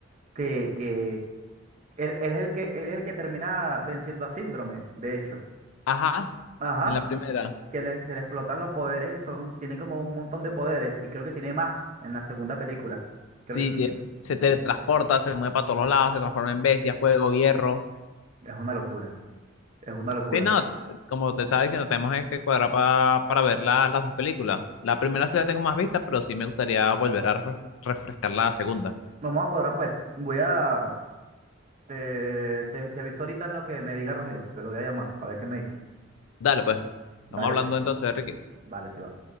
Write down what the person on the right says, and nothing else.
que, que él, él es el que, él es el que termina venciendo a Síndrome, de hecho.
Ajá,
que le- se le explotan los poderes y son, tiene como un montón de poderes y creo que tiene más en la segunda película. Creo
que incluso
se-
es una locura, es una locura.
Vamos a cuadrar pues, voy a, te, te, te aviso ahorita en lo que me diga Rogelio, porque lo voy a llamar, para ver qué me dice.
Dale
pues,
dale si va.